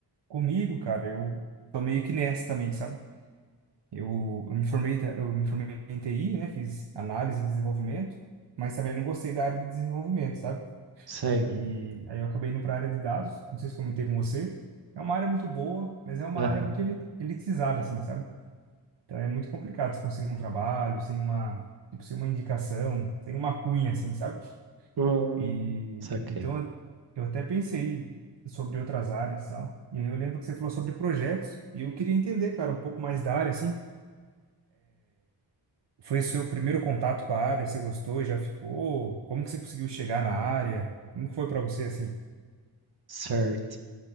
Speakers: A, on the right; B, on the right.
A: Comigo, cara, eu tô meio que nessa também, sabe? Eu, eu me formei, ta- eu me formei em TI, né? Fiz análise e desenvolvimento, mas também não gostei da área de desenvolvimento, sabe?
B: Sei.
A: E aí eu acabei indo para a área de dados, não sei se comentei com você. É uma área muito boa, mas é uma
B: Aham.
A: área muito eli- elitizada, assim, sabe? Então é muito complicado você conseguir um trabalho sem uma, tipo, sem uma indicação, sem uma cunha, assim, sabe?
B: Hum,
A: E
B: saquei.
A: então eu eu até pensei sobre outras áreas, e tal. E aí eu lembro que você falou sobre projetos, e eu queria entender, cara, um pouco mais da área, assim. Foi seu primeiro contato com a área? Você gostou? e Já ficou? Como que você conseguiu chegar na área? Como que foi pra você assim?
B: Certo.